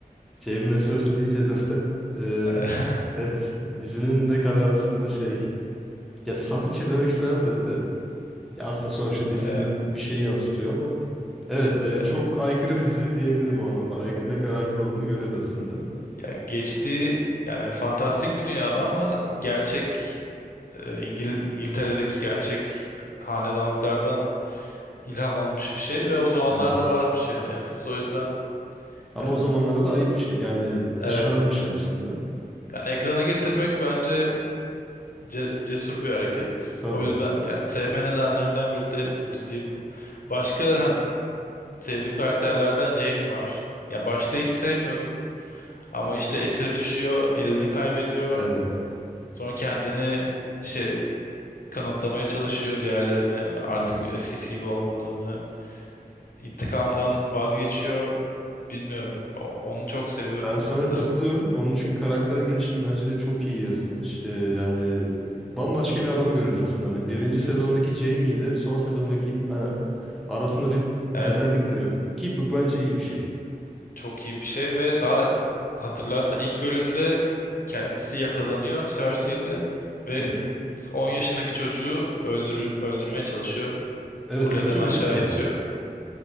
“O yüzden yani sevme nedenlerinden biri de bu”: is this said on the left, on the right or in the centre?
Left